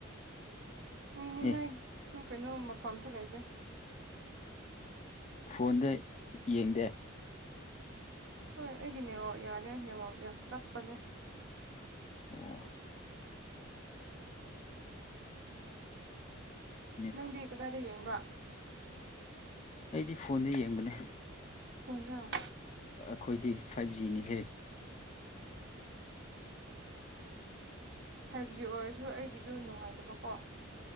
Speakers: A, on the right (about 60°); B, on the left (about 35°).
A: ꯌꯦꯡꯅꯤꯡꯉꯥꯏ
B: ꯑꯦ
A: ꯁꯨ ꯀꯩꯅꯣ ꯃꯐꯝꯁꯨ ꯂꯩꯇꯦ
B: ꯐꯣꯟꯗ ꯌꯦꯡꯗꯦ
A: ꯍꯣꯏ ꯑꯩꯒꯤ ꯅꯦꯠꯋꯥꯛ ꯌꯥꯗꯦ ꯅꯦꯠꯋꯥꯛ ꯌꯥꯝ ꯆꯞꯄꯅꯦ
B: ꯑꯣꯑꯣ ꯎꯝ
A: ꯅꯪꯗꯤ ꯀꯗꯥꯏꯗ ꯌꯦꯡꯕ꯭ꯔꯥ
B: ꯑꯩꯗꯤ ꯐꯣꯟꯗ ꯌꯦꯡꯕꯅꯦ
A: ꯐꯣꯟꯗ
B: ꯑꯈꯣꯏꯗꯤ ꯐꯥꯏꯚ ꯖꯤꯅꯤ ꯀꯩꯅꯣ
A: ꯐꯥꯏꯚ ꯖꯤ ꯑꯣꯏꯔꯁꯨ ꯑꯩꯒꯤꯗꯨ ꯅꯨꯡꯉꯥꯏꯇꯕꯀꯣ